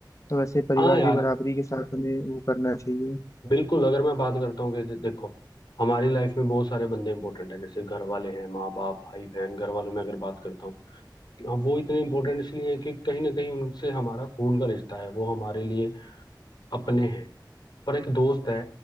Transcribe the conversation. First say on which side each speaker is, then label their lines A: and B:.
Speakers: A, on the left (about 40°); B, on the left (about 65°).
A: तो वैसे परिवार
B: हाँ यार
A: भी बराबरी के साथ हमें वो करना चाहिए
B: बिल्कुल अगर मैं बात करता हूँ कि जे- देखो हमारी लाइफ में बहुत सारे बंदे इंपॉर्टेंट हैं जैसे घर वाले हैं माँ बाप भाई बहन घर वालों में अगर बात करता हूँ कि वो इतने इंपॉर्टेंट इसलिए है कि कहीं ना कहीं उनसे हमारा खून का रिश्ता है वो हमारे लिए अपने हैं पर एक दोस्त है